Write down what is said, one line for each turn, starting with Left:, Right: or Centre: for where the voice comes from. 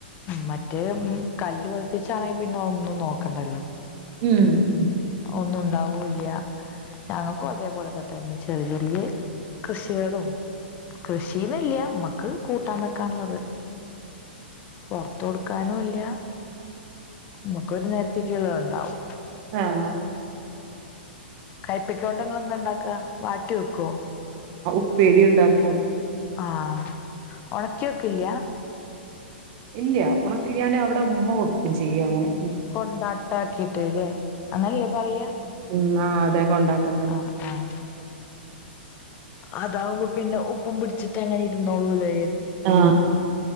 Left: മറ്റേ ഉം കല്ല് പതിപ്പിച്ചാണെപ്പിന്നൊന്നും നോക്കണ്ടല്ലോ
Right: ഉം ഉം
Left: ഒന്നുണ്ടാവൂല്ല്യാ ഞങ്ങക്കും അതേപോലൊക്കെത്തന്നെ ചെറിയ <unintelligible> കൃഷികളും കൃഷീന്നില്ല്യാമക് ക്ക് കൂട്ടാൻ വെക്കാൻള്ളത് പൊർത്ത് കൊടുക്കാനൂല്ല്യ മ്മക്കൊരു നേരത്തേക്കിള്ളതൊണ്ടാവും
Right: ആഹ്
Left: കഴ്പ്പിക്കോണ്ട്ങ്ങള്ന്താണ്ടാക്കാ വാട്ടി വെക്കോ
Right: പ്പേരി ഉണ്ടാക്കും
Left: ആഹ് ഒണക്കി വെക്കില്ല്യാ
Right: ഇല്ല ഒണക്കികാണ്ട് അവിടെ ഉമ്മ വെക്കും ചെയ്യങ്ങനെ
Left: കൊണ്ടാട്ടാക്കീട്ട്ലേ അങ്ങൻല്ലേ പറയാ
Right: ഉം ആ അതെ കൊണ്ടാട്ടം തന്നെ
Left: ആഹ് ആഹ് അതാവുമ്പോ പിന്നെ ഉപ്പും പിടിച്ചിട്ട് അങ്ങനെ ഇരുന്നോളൂലേ
Right: ആ